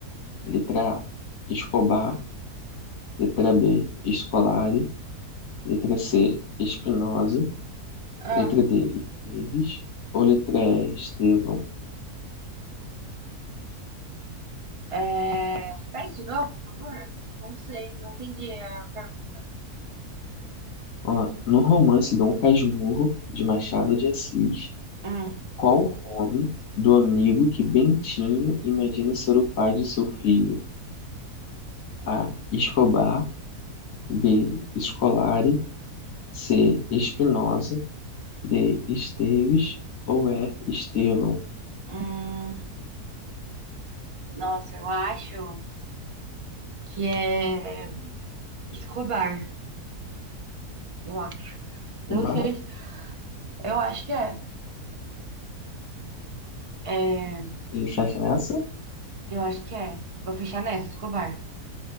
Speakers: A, on the left; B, on the right.
A: Letra A, Escobar. Letra B, Scolari. Letra C, Espinosa.
B: ah.
A: Letra D, Esteves. Ou letra E, Estevão.
B: É... Repete de novo, por favor. Não sei, não entendi a pergunta.
A: Ó, no romance Dom Casmurro, de Machado de Assis,
B: Hum,
A: qual o nome do amigo que Bentinho imagina ser o pai de seu filho? A, Escobar. B, Scolari. C, Espinosa. de Esteves ou é Estevão?
B: hum. Nossa, eu acho que é Escobar, eu acho.
A: Chubar?
B: Não sei. Eu acho que é. É,
A: Você fecha nessa?
B: eu acho que é. Vou fechar nessa, Escobar.